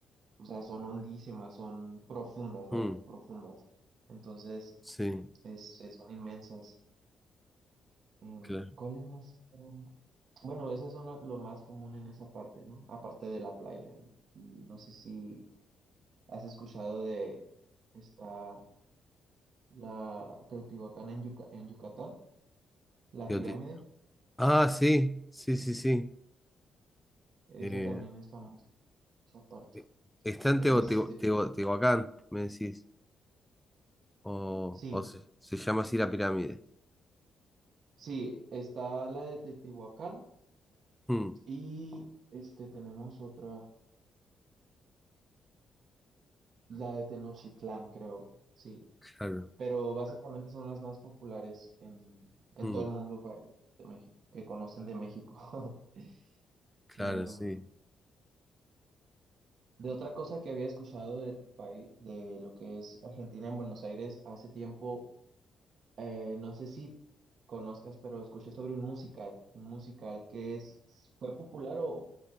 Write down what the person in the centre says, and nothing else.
mm,
sí.
Claro.
Teotihu-
Ah, sí, sí, sí, sí.
Eh,
eh, está en
Teo- Teo- Teo- Teotihuacán, me decís. O,
o se, se llama así la pirámide.
Mm,
claro,
mm,
claro,
sí.